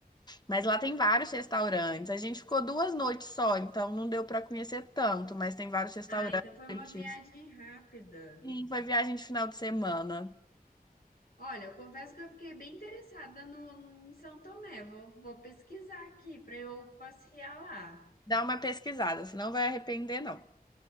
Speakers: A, on the left (about 25°); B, on the left (about 70°).
A: Mas lá tem vários restaurantes. A gente ficou duas noites só, então não deu pra conhecer tanto, mas tem vários restaurantes.
B: Ah, então foi uma viagem rápida.
A: Sim, foi viagem de final de semana.
B: Olha, eu confesso que eu fiquei bem interessada no, em São Tomé. Vou, vou pesquisar aqui para eu passear lá.
A: Dá uma pesquisada, você não vai arrepender, não.